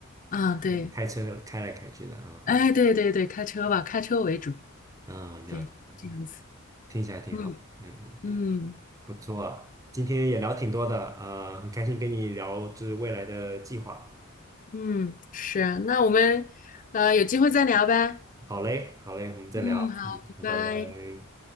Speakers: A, on the left; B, on the right.
A: 啊，对，
B: 开车开来开去的啊，
A: 哎，对对对，开车吧，开车为主，
B: 嗯，了解了解，
A: 对，这样子，
B: 听起来挺好。
A: 嗯
B: 嗯嗯。
A: 嗯。
B: 不错，今天也聊挺多的，呃，很开心跟你聊这是未来的计划。
A: 嗯，是，那我们呃有机会再聊呗。
B: 好嘞，好嘞，我们再聊，
A: 嗯，好，
B: 嗯，
A: 拜拜。
B: 拜拜。